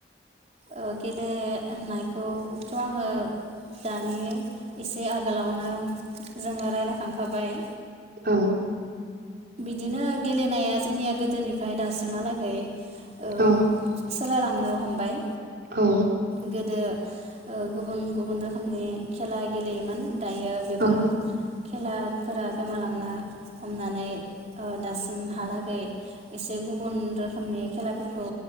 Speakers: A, on the right; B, on the right.
A: ओ गेलेनायखौथ' आङो दानि एसे आगोलावनो जोङो राय्लायखांखाबाय
B: औ
A: बिदिनो गेलेनाया जोंनिया गोदोनिफ्राय दासिमहालागै ओ
B: औ।
A: सोलायलांनो हमबाय
B: औ
A: गोदो ओ गुबुन गुबुन रोखोमनि खेला गेलेयोमोन दायो बेफोर
B: औ
A: खेलाफोरा गोमालां ओ हमनानै ओ दासिमहालागै एसे गुबुन रोखोमनि खेलाफोरखौ